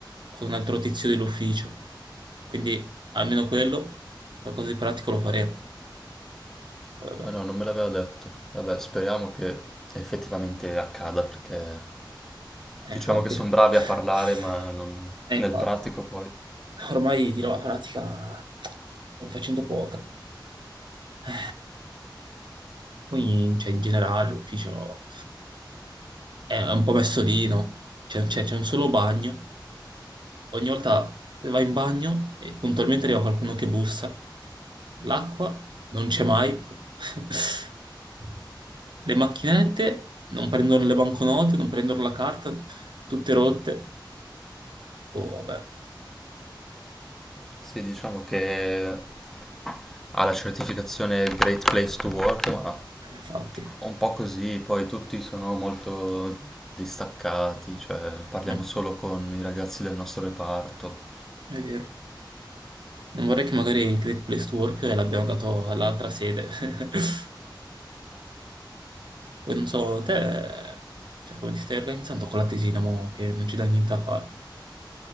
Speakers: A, on the right; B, in the centre.
A: con un altro tizio dell'ufficio. Quindi almeno quello, qualcosa di pratico lo faremo. Poi Vabbè,
B: Ah no, non me l'aveva detto. Vabbè, speriamo che effettivamente accada perché
A: eh,
B: diciamo
A: infatti.
B: che sono bravi
A: <laughs>
B: a parlare, ma non-
A: Eh,
B: nel
A: infatti.
B: pratico poi
A: Ormai di roba pratica stiamo facendo poca. Eh, Quindi, cioè, in generale, l'ufficio. è un po' messo lì, no? C'è c'è- c'è un solo bagno, ogni volta vai in bagno e puntualmente arriva qualcuno che bussa. L'acqua non c'è mai. <laughs> Le macchinette non prendono le banconote, non prendono la carta, tutte rotte. Oh, vabbè.
B: sì, diciamo che ha la certificazione Great Place to Work, ma
A: Eh, infatti,
B: un po' così, poi tutti sono molto distaccati, cioè parliamo
A: Mm,
B: solo con i ragazzi del nostro reparto.
A: è vero. Non vorrei che magari il Great Place to Work l'abbiano dato all'altra sede. <laughs> Poi non so, te, cioè, come ti stai organizzando con la tesina, mo, che non ci dà niente a fare.